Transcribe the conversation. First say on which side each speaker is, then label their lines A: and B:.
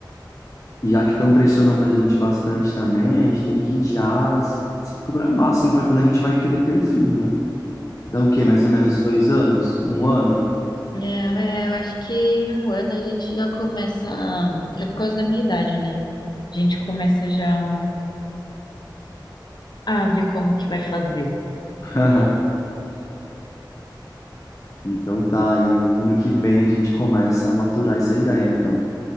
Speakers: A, on the left (about 40°); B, on the left (about 65°).
A: já que estão pressionando a gente bastante também, a gente tem que já se programar, assim, para quando a gente vai querer ter o filho, né? Dá o quê? Mais ou menos dois anos? Um ano?
B: Não, é, eu acho que em um ano a gente já começa, a- até por causa da minha idade, né? A gente começa já a ver como que vai fazer.
A: <laughs> Então tá, aí ano que vem a gente começa a maturar essa ideia, então.